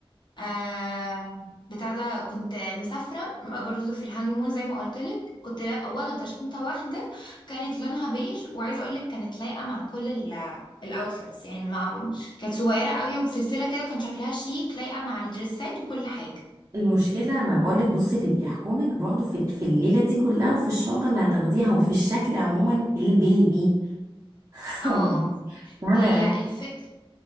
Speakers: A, on the left; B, on the right.
A: آه بتاع ده كنت مسافرة برضو في الهانيمون زي ما قلت لك كنت لا- واخدة شنطة واحدة كانت لونها بيج وعايزة اقول لك كانت لايقة مع كل ال الاوتفيتس يعني ما كانت صغيرة قوي وبسلسلة كده كان شكلها شيك لايقة مع الدريسات وكل حاجة
B: المشكلة ما بقولك بصي اللي بيحكمك برضه في في الليلة دي كلها وفي الشنطة اللي هتاخديها وفي الشكل عموما البيبي <laughs>
A: اه
B: فاهمة
A: هي
B: يعني؟
A: الفكرة